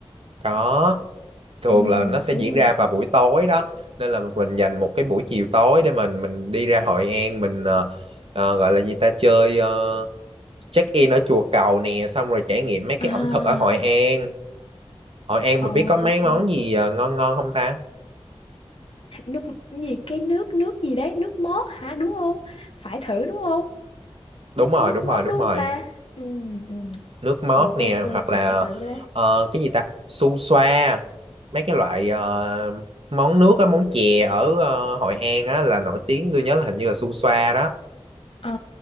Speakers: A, on the right (about 60°); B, on the left (about 60°).
A: có thường
B: Ừ,
A: là nó sẽ
B: đúng
A: diễn
B: rồi.
A: ra
B: đúng.
A: vào buổi tối đó nên là mình dành một cái buổi chiều tối để mình mình đi ra Hội An mình ờ, ờ, gọi là gì ta chơi ờ, check in ở chùa Cầu nè xong rồi trải nghiệm mấy cái
B: à
A: ẩm thực ở Hội An Hội An
B: Ờ,
A: mà biết có mấy
B: ok.
A: món gì ờ, ngon ngon không ta
B: nước cái gì cái nước nước gì đấy nước mót hả đúng không phải thử đúng không
A: đúng rồi
B: Cái nước
A: đúng
B: mót
A: rồi đúng
B: đúng
A: rồi
B: không ta Ừ, ừ.
A: nước mót
B: Ờ,
A: nè
B: tôi, tôi,
A: hoặc
B: tôi
A: là
B: sẽ thử cái đấy.
A: ờ, cái gì ta su xoa mấy cái loại ờ, món nước á món chè ở ờ, Hội An á là nổi tiếng tôi nhớ là hình như là su xoa đó
B: Ờ,